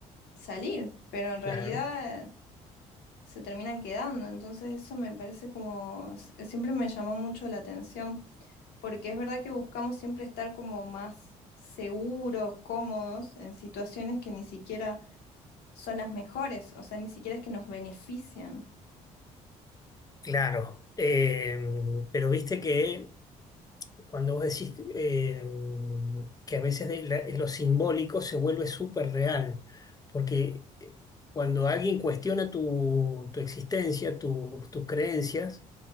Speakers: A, on the left; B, on the left.
A: salir, pero en realidad
B: claro,
A: se terminan quedando. Entonces eso me parece como, s- siempre me llamó mucho la atención, porque es verdad que buscamos siempre estar como más seguros, cómodos, en situaciones que ni siquiera son las mejores, o sea, ni siquiera es que nos benefician.
B: claro. Eh, pero viste que cuando vos decís eh, que a veces de la- lo simbólico se vuelve súper real, porque eh, cuando alguien cuestiona tu, tu existencia, tu- tus creencias,